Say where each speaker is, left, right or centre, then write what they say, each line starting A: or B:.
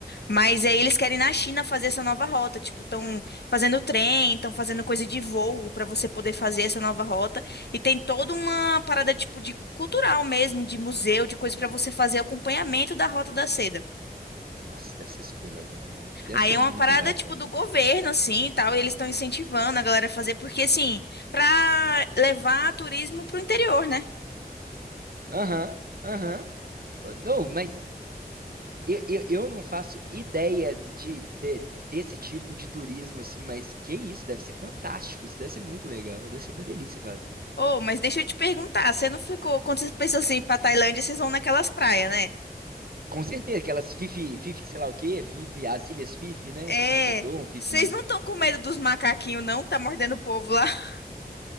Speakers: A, on the left; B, on the right.
A: Mas aí eles querem na China fazer essa nova rota, tipo, estão fazendo trem, estão fazendo coisa de voo para você poder fazer essa nova rota e tem toda uma parada tipo de cultural mesmo, de museu, de coisa para você fazer acompanhamento da Rota da Seda.
B: Nossa, deve ser super legal, velho. Deve
A: Aí
B: ser
A: é
B: muito
A: uma parada
B: bacana,
A: tipo do governo
B: velho.
A: assim, e tal, e eles estão incentivando a galera a fazer porque assim, para levar turismo pro interior, né?
B: Aham, aham. Não, mas Eu, eu, eu não faço ideia de, de- desse tipo de turismo assim, mas que isso, deve ser fantástico, isso deve ser muito legal, deve ser uma delícia fazer.
A: Oh, mas deixa eu te perguntar, você não ficou, quando vocês pensam assim, pra Tailândia, vocês vão naquelas praias, né?
B: Com certeza, aquelas Fifi, Fifi, sei lá o quê, Fifi, as Ilhas Fifi, né?
A: É,
B: Fifi Dom, Fifi.
A: vocês não estão com medo dos macaquinhos, não? Tá mordendo o povo lá. <laughs>